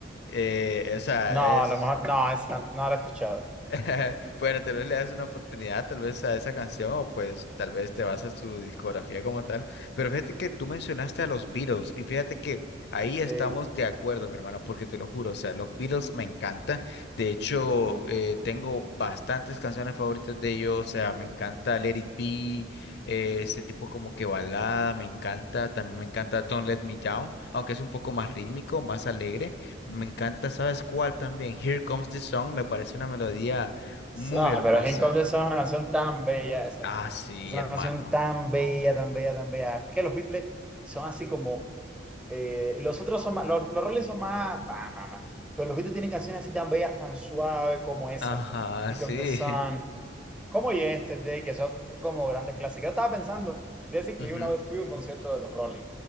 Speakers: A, on the left (about 65°); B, in the centre.
A: Eh, o sea,
B: No,
A: es...
B: a lo mejor, no, esa no la he escuchado.
A: <laughs> Bueno, tal vez le das una oportunidad, tal vez a esa canción, o pues tal vez te vas a su discografía como tal. Pero fíjate que tú mencionaste a los Beatles, y fíjate que ahí
B: Sí,
A: estamos de acuerdo, mi hermano, porque te lo juro, o sea, los Beatles me encantan. De hecho,
B: sí.
A: eh, tengo bastantes canciones favoritas de ellos, o sea, me encanta Let It Be, eh, ese tipo como que balada, me encanta. También me encanta Don't Let Me Down, aunque es un poco más rítmico, más alegre. Me encanta, ¿sabes cuál también? Here Comes the Sun me parece una melodía
B: sí.
A: muy
B: Ah,
A: hermosa.
B: pero King of the Sun es una canción tan bella, exacto.
A: Ah, sí,
B: Es una
A: hermano.
B: canción tan bella, tan bella, tan bella. Es que los Beatles son así como. eh, los otros son más. Los, los Rolling son más. pa, pa, pa. Pero los Beatles tienen canciones así tan bellas, tan suaves como esa.
A: Ajá,
B: Here
A: sí.
B: Comes the Sun. como Yesterday, que son como grandes clásicos. Yo estaba pensando, decir
A: <laughs>
B: que yo una vez fui a un concierto de los Rolling.